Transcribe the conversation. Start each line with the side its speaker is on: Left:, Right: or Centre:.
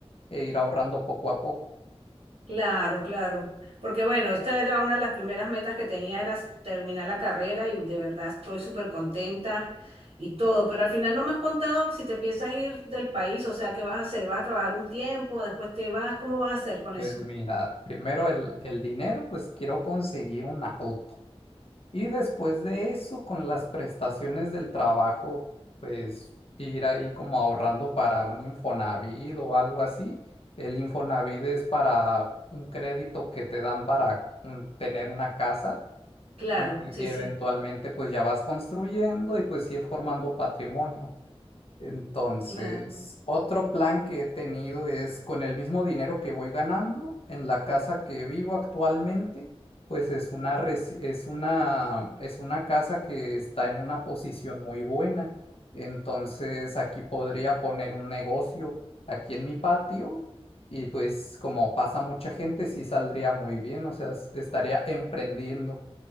Left: e ir ahorrando poco a poco.
Right: Claro, claro. Porque bueno, esta era una de las primeras metas que tenía, era s- terminar la carrera y de verdad estoy súper contenta y todo. Pero al final no me has contado si te piensas ir del país, o sea, ¿qué vas a hacer? ¿Vas a trabajar un tiempo? ¿Después te vas? ¿Cómo vas a hacer con
Left: Pues
Right: eso?
Left: mira, primero el, el dinero, pues quiero conseguir un auto. Y después de eso, con las prestaciones del trabajo, pues ir ahí como ahorrando para un Infonavit o algo así. El Infonavit es para un crédito que te dan para mm, tener una casa
Right: Claro,
Left: Y
Right: sí,
Left: eventualmente
Right: sí,
Left: pues ya vas construyendo y pues ir formando patrimonio. Entonces,
Right: claro.
Left: otro plan que he tenido es con el mismo dinero que voy ganando en la casa que vivo actualmente, pues es una, resi- es una, es una casa que está en una posición muy buena. Entonces, aquí podría poner un negocio aquí en mi patio y pues como pasa mucha gente, sí saldría muy bien, o sea, es- estaría emprendiendo.